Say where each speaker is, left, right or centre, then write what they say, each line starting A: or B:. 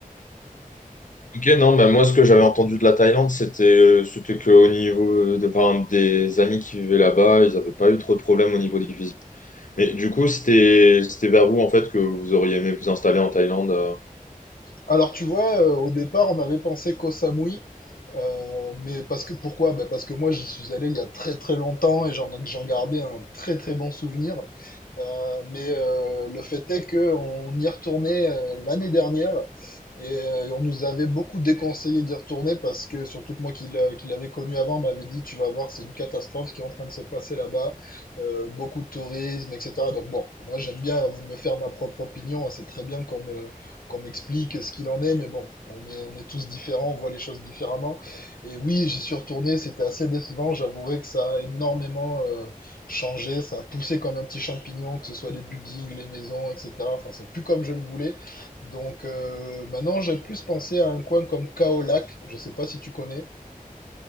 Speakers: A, on the left; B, on the left.
A: Ok, non, bah, moi, ce que j'avais entendu de la Thaïlande, c'était euh, c'était qu'au niveau euh, de, par exemple, des amis qui vivaient là-bas, ils n'avaient pas eu trop de problèmes au niveau des visas. Mais du coup, c'était c'était vers où, en fait, que vous auriez aimé vous installer en Thaïlande? euh
B: Alors, tu vois, euh, au départ, on avait pensé qu'au Samui. euh, mais parce que pourquoi? Ben, parce que moi, j'y suis allé il y a très très longtemps et j'en j'en gardais un très très bon souvenir. Euh, mais euh, le fait est qu'on y retournait euh, l'année dernière et euh, on nous avait beaucoup déconseillé d'y retourner parce que surtout que moi qui l'a- qui l'avais connu avant m'avait dit tu vas voir c'est une catastrophe qui est en train de se passer là-bas, euh, beaucoup de tourisme etc. Donc bon, moi j'aime bien me faire ma propre opinion, c'est très bien qu'on me, qu'on m'explique ce qu'il en est, mais bon, on est, on est tous différents, on voit les choses différemment. Et oui, j'y suis retourné, c'était assez décevant, j'avouerai que ça a énormément... euh, changé, ça a poussé comme un petit champignon, que ce soit les buildings, les maisons, etc. Enfin, c'est plus comme je le voulais. Donc euh, maintenant, j'ai plus pensé à un coin comme Kaolac, je sais pas si tu connais.